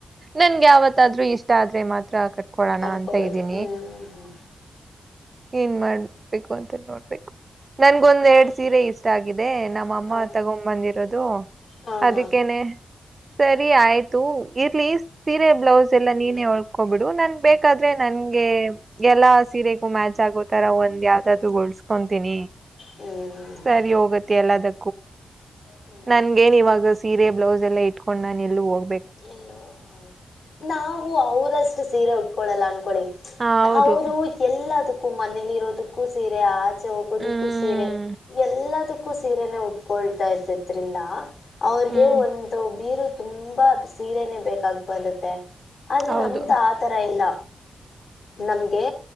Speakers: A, on the right; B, on the left.
A: ನನ್ಗೆ
B: ಹ ಹ
A: ಯಾವತ್ತಾದ್ರೂ ಇಷ್ಟ ಆದ್ರೆ ಮಾತ್ರ ಆ ಕೊಡೋಣ
B: ಕಟ್ಕೊಳ್ಳೋದು
A: ಅಂತ ಇದ್ದೀನಿ
B: ಹ್ಮ್ ಹ್ಮ್ ಹ್ಮ್
A: ಏನ್ ಮಾಡ್ಬೇಕು ಅಂತ ನೋಡ್ಬೇಕು ನನ್ಗೊಂದ್ ಎರಡ್ ಸೀರೆ ಇಷ್ಟ ಆಗಿದೆ ಅದೇ ನಮ್ಮ ಅಮ್ಮ
B: ಹ
A: ತಗೊ ಬಂದಿರೋದು
B: ಹ
A: ಅದಕ್ಕೇನೆ
B: ಹಾ
A: ಸರಿ ಆಯ್ತು ಇರ್ಲಿ ಸೀರೆ ಬ್ಲೌಸ್ ಎಲ್ಲ ನೀನೇ ಹೊಳ್ಕೋಬಿಟ್ಟು ನನ್ ಬೇಕಾದ್ರೆ ನಂಗೆ ಎಲ್ಲಾ ಸೀರೆಗೂ ಮ್ಯಾಚ್ ಚ್ಚಾಗೋತರ ಒಂದ್ ಯಾವ್ದ್ದೂ ಗಳ್ಸ್ಕೊತೀನಿ
B: ಹ್ಮ್ ಹ್ಮ್
A: ಸರಿ ಹೋಗತ್ತ ಎಲ್ಲದ
B: ಹ್ಮ್ ಹ್ಮ್
A: ನನ್ಗೇನ್ ಇವಾಗ ಸೀರೆ ಬ್ಲೌಸ್ ಎಲ್ಲಾ ಇಟ್ಕೊಂಡ್ ನಾನು ಎಲ್ಲ ಹೋಗ
B: ಎಲ್ಲೋ ಹೌದು ನಾವು ಅವರಷ್ಟು ಸೀರೆ ಉಟ್ಕೊಳ್ಳಲ್ಲ ಅನ್ಕ
A: ಹ ಹೌದು
B: ಅವರು ಎಲ್ಲದಕ್ಕೂ ಮನೇಲಿ ಇರೋದಕ್ಕೂ ಸೀರೆ ಆದ ಆಚೆ ಹೋಗೋದಕ್ಕೂ
A: ಹ್ಮ್
B: ಸೀರೆ ಎಲ್ಲದಕ್ಕೂ ಸೀರೆನೆ ಉಟ್ಕೊಳ್ತಾ ಇದ್ದ ಇದ್ರಿಂದ ಅವ್ರಿಗೆ
A: ಹ್ಮ್
B: ಒಂದು ಬೀರು ತುಂಬಾ ಸೀರೆನೆೇ ಬೇಕಾಗಿ ಬರುತ್ತೆ ಆದ್ರೆ
A: ಹೌದು
B: ನಮ್ದ ಆ ತರ ಇಲ್ಲ
A: <unintelligible>
B: ನಮ್ಗೆ